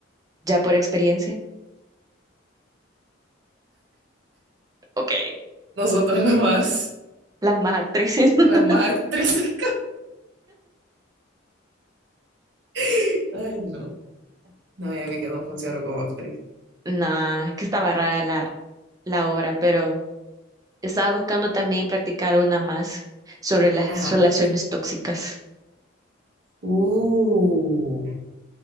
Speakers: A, on the right (about 20°); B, on the right (about 60°).
A: ¿Ya por experiencia? ok,
B: Nosotras las más,
A: las más actrices. <laughs>
B: las más actrices. <laughs> Ay, no. No, ya vi que no funciono como actriz.
A: No, es que estaba rara la, la obra, pero estaba buscando también practicar una más sobre las
B: Ajá.
A: relaciones tóxicas.
B: Uh,